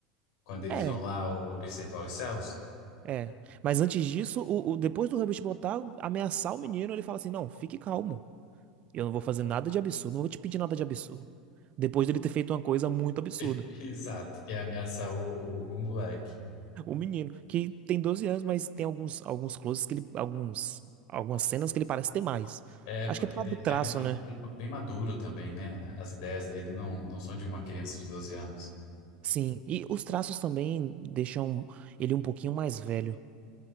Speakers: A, on the left; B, on the right.
A: Quando eles
B: É,
A: vão lá o- observar os céus.
B: é. Mas antes disso, o, o- depois do Rubens botar, ameaçar o menino, ele fala assim: não, fique calmo. Eu não vou fazer nada de absurdo, não vou te pedir nada de absurdo. Depois dele ter feito uma coisa muito absurda.
A: <laughs> Exato, que é ameaçar o, o, o moleque.
B: O menino, que tem 12 anos, mas tem alguns, alguns closes que ele. Alguns, algumas cenas que ele parece ter mais.
A: É,
B: Acho
A: porque
B: que é por
A: ele
B: causa do traço,
A: é bem, ma-
B: né?
A: bem, bem maduro também, né? As ideias dele não, não são de uma criança de 12 anos.
B: Sim. E os traços também deixam ele um pouquinho mais velho.